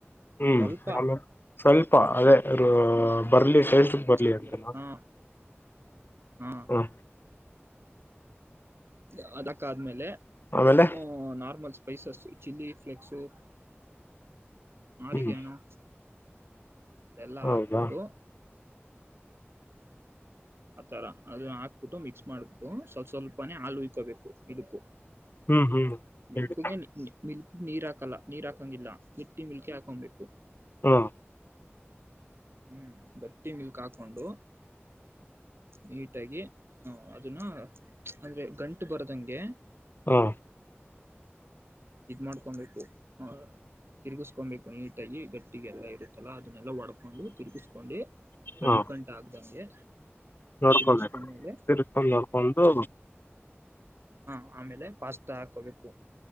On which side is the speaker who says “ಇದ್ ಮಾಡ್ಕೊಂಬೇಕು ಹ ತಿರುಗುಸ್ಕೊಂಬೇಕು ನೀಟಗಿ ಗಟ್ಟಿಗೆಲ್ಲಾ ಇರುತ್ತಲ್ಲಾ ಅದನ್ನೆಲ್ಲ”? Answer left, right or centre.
Right